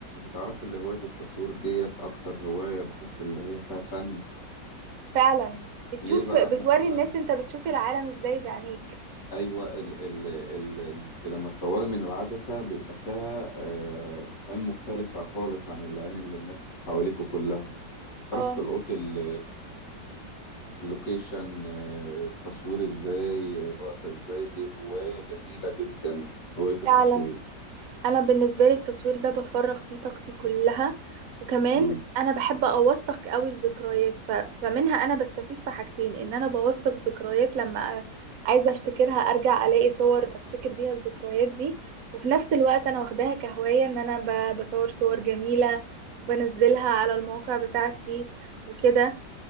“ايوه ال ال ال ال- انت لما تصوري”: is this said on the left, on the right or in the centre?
Left